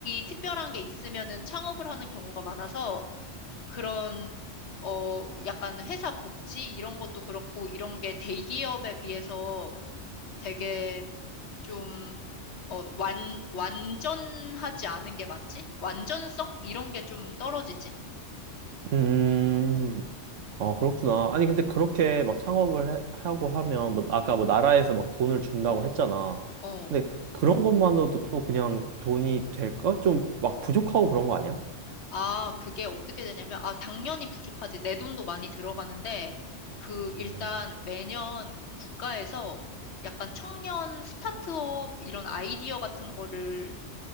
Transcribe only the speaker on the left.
특별한 게 있으면은 창업을 하는 경우가 많아서 그런 어 약간 회사 복지 이런 것도 그렇고 이런 게 대기업에 비해서 되게 좀 어, 완, 완전하지 않은 게 많지? 완전성? 이런 게 좀 떨어지지?
어.
아, 그게 어떻게 되냐면, 아, 당연히 부족하지. 내 돈도 많이 들어가는데, 그, 일단
매년 국가에서 약간 청년 스타트업 이런 아이디어 같은 거를